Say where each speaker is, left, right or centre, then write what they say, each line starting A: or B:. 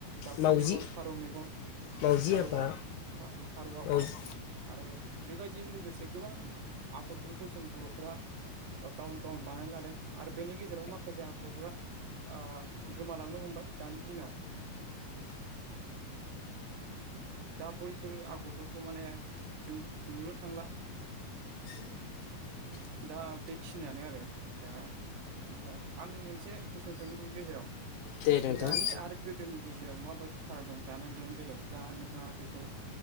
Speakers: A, on the right (about 75°); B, on the left (about 75°).
A: दाउथु
B: मावजि
A: मेगन फारौ मेगन
B: मावजि
A: फारौआ
B: आफा
A: फारौ आफा
B: मावजि
A: आरो बेबायदिनो लोगोसे गोबां आगरफोरखौ जों बर'फोरा गावन गावन बानायना लादों आरो बेनि गेजेराव माखासे आगरा ओ गोमालांनो हमबाय दानि दिनाव दा बैफोर आगरफोरखौ माने जों नुनो थांला
B: <inaudible>
A: दा बेखिनियानो आरो दा आ आं मोनसे कुइसन सोंनि गेजेराव
B: दे नोंथां
A: दानि आरो गोदोनि गेजेराव माबायदि फाराग दं दानाय लुनाय बेलायाव दा नोंथाङा बेखौ